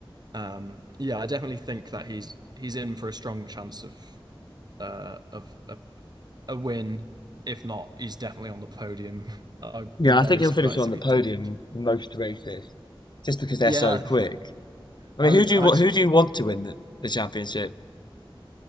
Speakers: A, on the right; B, on the left.
A: um, yeah, I definitely think that he's he's in for a strong chance of uh of a, a win. If not, he's definitely on the podium. <laughs> I'd
B: Yeah,
A: be very
B: I think he'll
A: surprised
B: finish on
A: if
B: the
A: he
B: podium
A: didn't.
B: in most races just because they're
A: Yeah,
B: so quick.
A: I
B: I mean,
A: would.
B: who do you
A: I'd
B: wa- who do you want to win the, the championship?